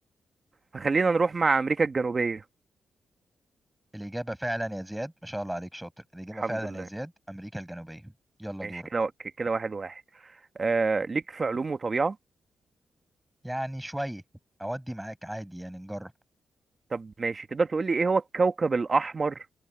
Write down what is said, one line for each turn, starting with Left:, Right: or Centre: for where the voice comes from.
Right: فخلينا نروح مع أمريكا الجنوبية
Centre: الاجابة فعلا يا زياد ما شاء الله عليك شاطر الاجابة
Right: الحمد
Centre: فعلا
Right: لله
Centre: يا زياد امريكا الجنوبية يلا
Right: ماشي
Centre: دورك
Right: كده و... كده واحد واحد آه... ليك في علوم وطبيعة
Centre: يعني شوية اودي معاك عادي يعني نجرب
Right: طب ماشي تقدر تقول لي إيه هو الكوكب الأحمر